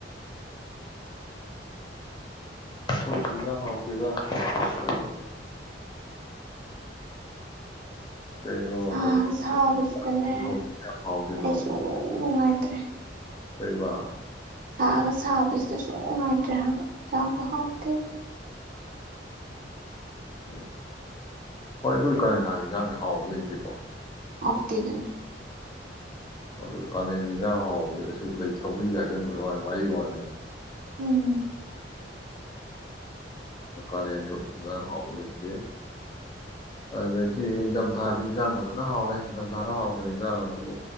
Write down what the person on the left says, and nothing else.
ꯑꯩꯈꯣꯏ ꯆꯤꯟꯖꯥꯛ ꯍꯥꯎꯇꯦꯗ ꯀ ꯀꯩꯅꯣ
ꯀꯔꯤ ꯁꯧꯒ꯭ꯔꯤ
ꯊꯣꯡꯕ ꯀꯩ ꯊꯣꯡꯕ ꯀꯌꯥꯝ ꯍꯥꯎꯗꯣꯏꯅꯣ
ꯂꯩꯕ
ꯎ ꯍꯣꯏ ꯑꯗꯨꯒꯤ ꯀꯥꯂꯦꯟ ꯊꯥꯒꯤ ꯌꯦꯟꯁꯥꯡꯁꯦ ꯍꯥꯎꯕ ꯂꯩꯇꯦꯀꯣ ꯍ
ꯑꯗꯨ ꯀꯥꯂꯦꯟ ꯌꯦꯟꯖꯥꯡ ꯍꯥꯎꯕꯗ ꯆꯨꯝꯅ ꯁꯧꯒꯔꯤ ꯍꯥꯏꯖꯟꯕꯩ ꯋꯥꯅꯤ ꯋꯥꯔꯤꯒꯤ ꯋꯥꯅꯦꯕ
ꯀꯂ°ꯟꯗꯣ ꯑꯦꯟꯖꯥꯡ ꯍꯥꯎꯕ ꯂꯩꯇꯦ ꯑꯗꯨꯗꯒꯤ ꯅꯤꯡꯊꯝꯊꯥꯗꯤ ꯏꯟꯖꯥꯡ ꯐꯖꯅ ꯍꯥꯎꯔꯦ ꯅꯤꯡꯊꯝꯊꯥꯗ ꯍꯥꯎꯗꯕ ꯏꯟꯖꯥꯡꯕꯨ